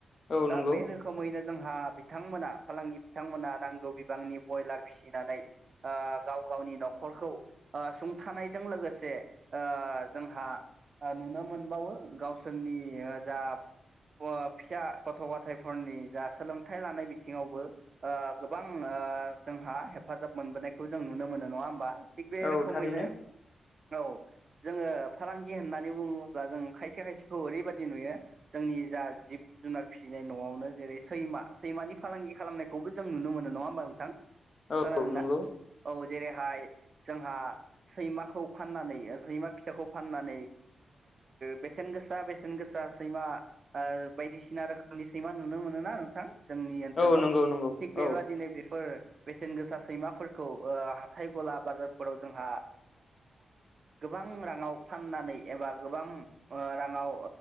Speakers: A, on the left; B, on the right.
A: औ
B: दा
A: नंगौ
B: बे रोखोमैनो जोंहा बिथांमोना फालांगि बिथांमोना नांगौ बिबांनि ब्रयलार फिसिनानै गाव गावनि न'खरखौ सुंथानायजों लोगोसे जोंहा नुनो मोनबावो गावसोरनि जा अ फिसा गथ' गाथायफोरनि जा सोलोंथाइ लानाय बिथिङावबो गोबां जोंहा हेफाजाब मोनबोनायखौ जों नुो नुनो मोनो नङा होमबा थिग बे
A: औ
B: रोखोमैनो
A: थारैनो
B: औ जोङो फालांगि होननानै बुङोब्ला जों खायसे खायसेखौ ओरैबायदि नुयो जोंनि जा जिब जुनार फिसिनाय न'आवनो जेरै सैमा सैमानि फालांगि खालामनायखौबो जों नुनो मोनो नङा होमबा नोंथां
A: औ
B: खोनादों
A: नंगौ
B: ना औ जेरैहाय जोंहा सैमाखौ फाननानै सैमा फिथाखौ फाननानै बेसेन गोसा बेसेन गोसा सैमा बायदिसिना रोखोमनि सैमा नुनो मोनोना नोंथां जोंनि ओनसोलाव
A: औ नंगौ नंगौ
B: थिग बेबादिनो
A: औ
B: बेफोर बेसेन गोसा सैमाफोरखौ हााइ गला बाजारफोराव जोंहा गो गोबां राङाव फाननानै एबा गोबां राङाव